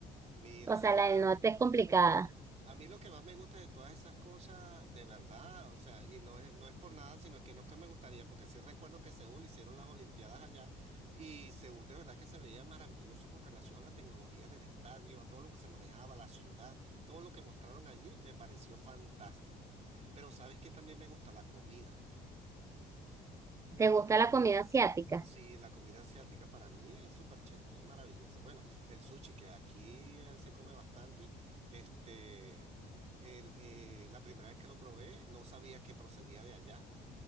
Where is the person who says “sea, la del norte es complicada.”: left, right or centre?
Right